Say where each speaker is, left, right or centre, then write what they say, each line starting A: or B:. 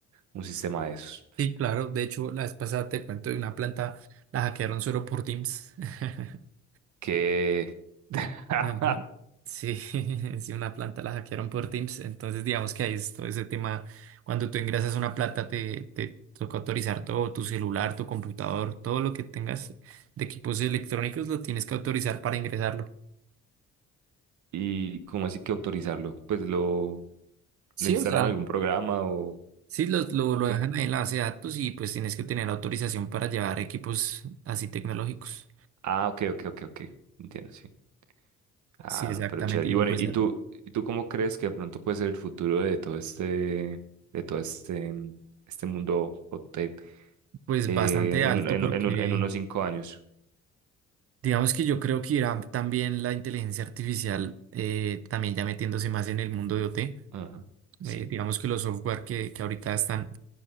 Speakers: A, on the right (about 70°); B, on the right (about 50°).
A: un sistema de esos.
B: Sí, claro. De hecho, la vez pasada te cuento de una planta, la hackearon solo por Teams. <laughs>
A: Que... <laughs>
B: Ajá. Sí, <laughs> si una planta la hackearon por Teams, entonces digamos que ahí es todo ese tema. Cuando tú ingresas una planta, te, te toca autorizar todo, tu celular, tu computador, todo lo que tengas de equipos electrónicos lo tienes que autorizar para ingresarlo.
A: ¿Y cómo así que autorizarlo? Pues lo,
B: Sí,
A: le instalan
B: o sea,
A: algún programa o...
B: sí, lo, lo,
A: Ok.
B: lo dejan ahí en la base de datos y pues tienes que tener autorización para llevar equipos así tecnológicos.
A: Ah, ok, ok, ok, ok. Entiendo, sí. Ah,
B: Sí, exactamente.
A: no, pero chévere.
B: Y
A: Y bueno,
B: no, pues,
A: ¿y
B: eh,
A: tú, y tú cómo crees que de pronto puede ser el futuro de todo este, de todo este, mm, este mundo hot tech,
B: pues
A: eh,
B: bastante
A: en,
B: alto
A: un- en,
B: porque
A: un- en, un- en unos cinco años?
B: Digamos que yo creo que irá también la inteligencia artificial, eh, también ya metiéndose más en el mundo de OT.
A: Ajá, sí.
B: Eh, digamos que los software que, que ahorita están,